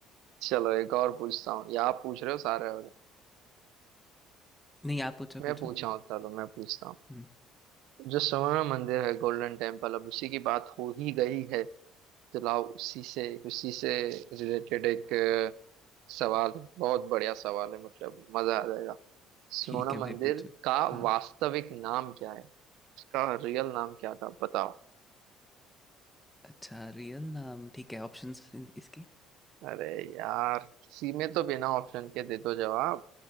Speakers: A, on the right; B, in the centre.
A: चलो एक और पूछता हूँ या आप पूछ रहे हो सारे और
B: नहीं आप पूछो
A: मैं
B: पूछो
A: पूछा हूँ चलो मैं पूछता हूँ
B: हम्म,
A: जो स्वर्ण मंदिर है गोल्डन टेम्पल अब उसी की बात हो ही गई है तो लाओ उसी से उसी से रिलेटेड एक अ, सवाल है बहुत बढ़िया सवाल है मतलब मजा आ जाएगा स्वर्ण
B: ठीक है
A: मंदिर
B: भाई पूछो
A: का
B: हाँ
A: वास्तविक नाम क्या है उसका रियल नाम क्या था बताओ
B: अच्छा रियल नाम ठीक है ऑप्शंस इसकी
A: अरे यार किसी में तो बिना ऑप्शन के दे दो जवाब